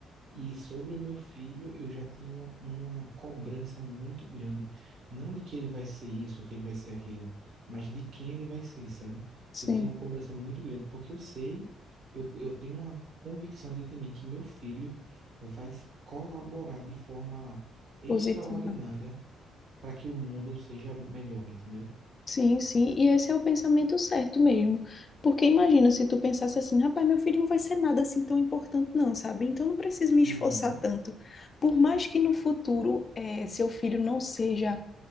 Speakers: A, on the right; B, on the left.
A: E sobre o meu filho, eu já tinha uma, uma cobrança muito grande. Não de que ele vai ser isso ou que ele vai ser aquilo, mas de quem ele vai ser, sabe?
B: sim.
A: Eu tenho uma cobrança muito grande, porque eu sei, eu, eu tenho uma convicção dentro de mim que meu filho vai colaborar de forma extraordinária
B: Positiva.
A: para que o mundo seja melhor, entendeu?
B: Sim, sim. E esse é o pensamento certo mesmo. Porque imagina se tu pensasse assim, rapaz, meu filho não vai ser nada assim tão importante, não, sabe? Então não preciso me esforçar
A: Uhum,
B: tanto. Por mais que no futuro eh, seu filho não seja